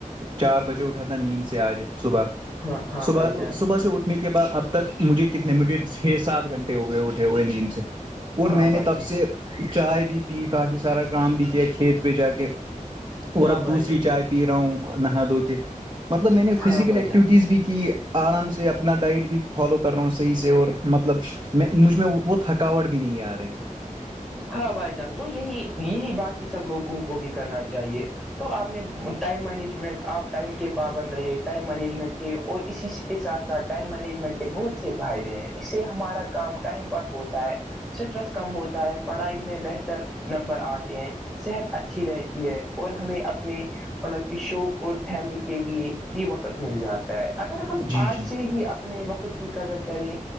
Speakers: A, on the right; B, in the centre.
A: چار بجے اٹھا تھا نیند سے آج صبح
B: ہاں ہاں
A: صبح
B: بھائی جان
A: صبح سے اٹھ کے بعد اب تک مجھے کتنے مجھے چھ سات گھنٹے ہو گئے ہوٹے سے اور میں
B: ہاں
A: نے
B: بھائی
A: تب
B: جان
A: سے چائے بھی پی کافی سارا کام بھی کیا کھیت پہ جا کے اور
B: ہاں
A: اب
B: بھائی
A: دوسری
B: جان
A: چائے پی رہا ہوں نہا دھو کے مطلب میں نے فزیکل
B: ہاں بھائی
A: ایکٹیوٹیز
B: جان
A: بھی کی آرام سے اپنا ڈائٹ بھی فالو کر رہا ہوں صحیح سے اور مطلب میں مجھ میں تھکاوٹ بھی نہیں آ رہی
B: ہاں بھائی جان تو یہی یہی باقی سب لوگوں کو بھی کرنا چاہیے تو آپ نے ٹائم مینجمنٹ آپ ٹائم کے پابند رہے ٹائم مینجمنٹ کیے اور اسی کے ساتھ ٹائم مینجمنٹ کے بہت سے فائدے ہیں اس سے ہمارا کام ٹائم پر ہوتا ہے سٹرس کم ہوتا ہے پڑھائی میں بہتر نمبر آتے ہیں صحت اچھی رہتی ہے اور ہمیں اپنے مطلب کہ شوق اور فیملی کے لیے بھی وقت مل جاتا ہے اگر ہم
A: جی
B: آج
A: جی
B: سے ہی اب اپنے وقت کی قدر کریں